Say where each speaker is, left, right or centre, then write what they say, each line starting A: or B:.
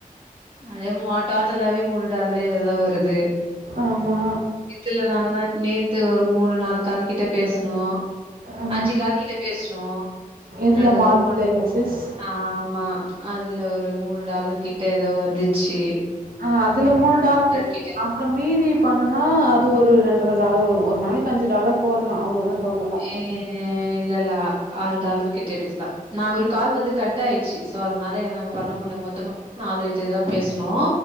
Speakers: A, on the right; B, on the right.
A: அதே மொ டோட்டலாவே மூணு டாலர் ஏதா வருது
B: ஆமா
A: கிச்சல்ல நானா தா நேத்து ஒரு மூணு நாள் கால் கிட்ட பேசனோ
B: ஆ
A: அஞ்சு கால்கிட்ட பேசுனோ
B: எதுல
A: அதுல
B: மார்ச்லயா
A: ஒ ம்
B: சிஸ்
A: ஆமா அதுல ஒரு மூணு டாலர் கிட்ட ஏதோ வந்துச்சு.
B: ஆ அதுல மூணு டால்
A: கிட்ட
B: அப்புற மீதி பண்ணுனா அது ஒரு ரென்ற டாலர் வரு ஒரு நாளைக்கு அஞ்சு டாலர் போடலா அவ்ளோதா டோட்டலா
A: எ இல்லல்ல ஆறு டாலர் கிட்ட எடுக்கலா நா ஒரு கால் வந்து கட் ஆயிடுச்சு சோ அதனால என பண்ணமுடில மொத்தமா நாலு இதுதா பேசனோ